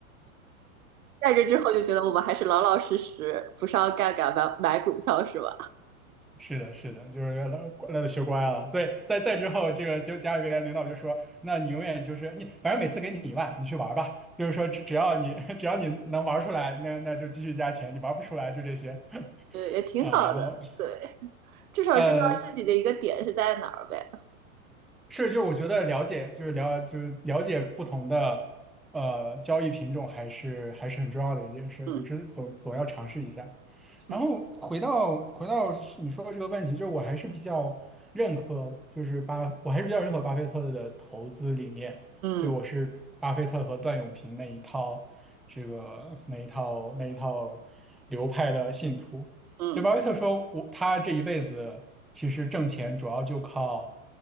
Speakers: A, on the right; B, in the centre.
A: 在这之后就觉得我们还是老老实实，不上杠杆买买股票是吧？
B: <laughs> 是的，是的，就是乐乐学乖了，所以在在之后，这个就家里边领导就说，那你永远就是你，反正每次给你一万，你去玩儿吧，就是说只只要你 <laughs> 只要你能玩儿出来，那那就继续加钱，你玩儿不出来就这些 <laughs>
A: 对，也挺好的，
B: 啊，然后。
A: 对，至少知道自己的一个点是在哪儿呗，
B: 呃。”是，就是我觉得了解，就是了，就是了解不同的呃交易品种，还是还是很重要的一件事，
A: 嗯
B: 就知总总要尝试一下。
A: 嗯
B: 然后回到回到你说的这个问题，就是我还是比较认可，就是巴，我还是比较认可巴菲特的投资理念，
A: 嗯
B: 就我是巴菲特和段永平那一套这个那一套那一套流派的信徒。
A: 嗯
B: 就巴菲特说我，他这一辈子其实挣钱主要就靠